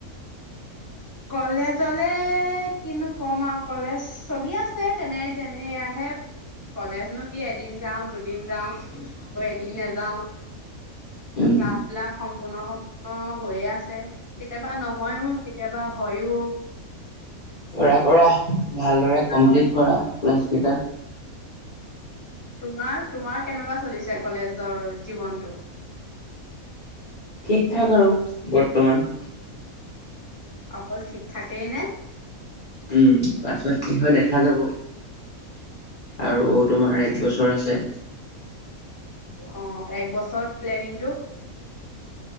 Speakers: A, on the left (about 15°); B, on the left (about 60°).
A: কলেজলে কিনু কম আৰু কলেজ চলি আছে তেনে তেনেয় আহে কলেজনো কি এদিন যাঁও দুদিন যাওঁ আকৌ এদিন নাযাওঁ
B: উম
A: ক্লাছ বিলাক সম্পূৰ্ণ সম্পূৰ্ণ হৈয়ে আছে কেতিয়াবা নহয়ও কেতিয়াবা হয় ওঁ
B: কৰা কৰা ভালদৰে কমপ্লিট
A: হয়
B: কৰা ক্লাছ কেইটা
A: তোমাৰ তোমাৰ কেনেকুৱা চলিছে কলেজৰ জীৱনটো
B: ঠিক ঠাক আৰু বৰ্তমান
A: অকল ঠিক থাকেই নে
B: উম পাছত কি হয় দেখা যাব। আৰু তোমাৰ এক বছৰ ওচ আছে।
A: অঁ এক বছৰ প্লেনিং টো